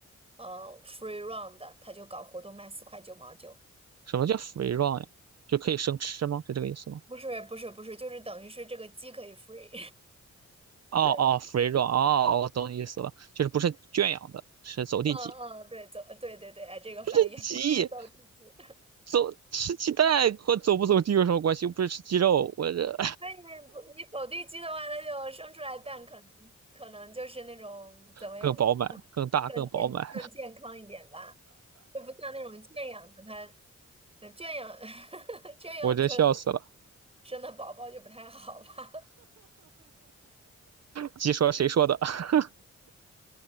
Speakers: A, on the right; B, on the right.
A: 呃，Free Run 的，他就搞活动卖四块九毛九，
B: 什么叫 free run 呀？就可以生吃吗？是这个意思吗？
A: 不是不是不是，就是等于是这个鸡可以 free。
B: 哦哦，free
A: <laughs>
B: run，哦，哦我懂你意思了，就是不是圈养的，是走地鸡。
A: 嗯嗯，对，走，对对对，哎，这个翻译
B: 不是鸡，
A: <laughs>，是走地鸡。
B: 走吃鸡蛋和走不走地有什么关系？又不是吃鸡肉，我这
A: 所以你不你走地鸡的话，它就生出来蛋，可能可能就是那种怎么样，
B: 更饱满、更大、
A: 更健更健康一点吧，
B: 更饱满，
A: 就不像那种圈养的它，呃圈养 <laughs> 圈养出来
B: 我这笑死了。
A: 生的宝宝就不太好吧。
B: 鸡说谁说的？<laughs>